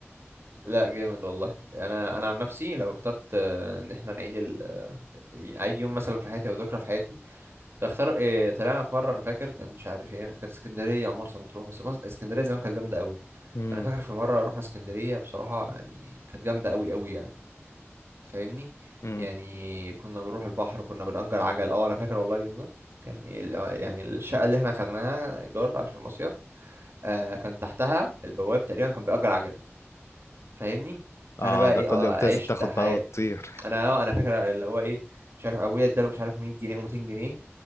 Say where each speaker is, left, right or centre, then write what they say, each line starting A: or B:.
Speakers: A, on the right; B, on the left.
A: لا جامد والله انا انا عن نفسي لو اخترت آه، ان احنا نعيد ال... عيد يوم مثلا في حياتي او ذكرى في حياتي كنت اختار إيه طلعنا في مره انا فاكر كان مش عارف ايه كانت اسكندريه او مرسى مطروح بس مص... اسكندريه زمان كانت جامده قوي
B: امم
A: انا فاكر في مره رحنا اسكندريه بصراحه يعني كانت جامده قوي قوي يعني فاهمني
B: امم
A: يعني كنا بنروح البحر كنا بنأجر عجل اه انا فاكر والله اليوم ده كان إيه ال- آه، يعني الشقه اللي احنا خدناها ايجار عشان المصيف آه كان تحتها البواب تقريبا كان بيأجر عجل فاهمني فانا
B: اه
A: بقى
B: ده
A: ايه
B: كل
A: اه
B: يوم تنزل
A: عشت
B: تاخد
A: حياتي
B: بقى وتطير
A: انا اه انا فاكر اللي هو ايه مش عارف ابويا اداله مش عارف 100 جنيه او 200 جنيه